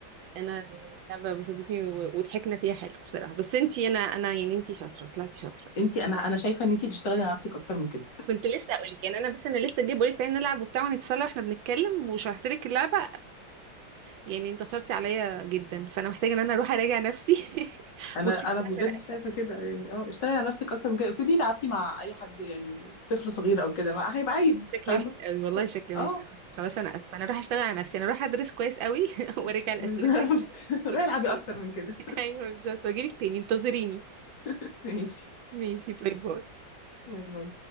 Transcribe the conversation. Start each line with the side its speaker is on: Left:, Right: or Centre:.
Right: انا اللعبه بسطتني و- وضحكنا فيها حلو بصراحه بس انتي انا انا يعني انتي شاطره طلعتي شاطره
Left: انت انا انا شايفه ان انت تشتغلي على نفسك اكتر من كده
Right: كنت لسه اقول لك يعني انا بس انا لسه جاي بقول لك تعالي نلعب وبتاع ونتسلى واحنا بنتكلم وشرحت لك اللعبه يعني انتصرتي عليا جدا فانا محتاجه ان انا اروح اراجع نفسي <laughs>
Left: انا
Right: واشوف
Left: انا
Right: اللعبه
Left: بجد
Right: انا قفلتها.
Left: شايفه كده يعني اه اشتغلي على نفسك اكتر من كده افرضي تعبتي مع اي حد يعني طفل صغير او كده ما هيبقى عيب
Right: شكلي
Left: فاهمه
Right: وحش قوي والله شكلي
Left: اه
Right: وحش قوي خلاص انا اسفه انا اروح اشتغل على نفسي انا اروح ادرس كويس قوي <laughs> وارجع
Left: <laughs>
Right: الاسئله
Left: بالظبط
Right: كويس قوي
Left: روحي
Right: واجيلك
Left: العبي
Right: تاني
Left: اكتر من كده
Right: <laughs> ايوه بالظبط واجيلك تاني انتظريني
Left: <laughs> ماشي
Right: ماشي باي باي
Left: باي باي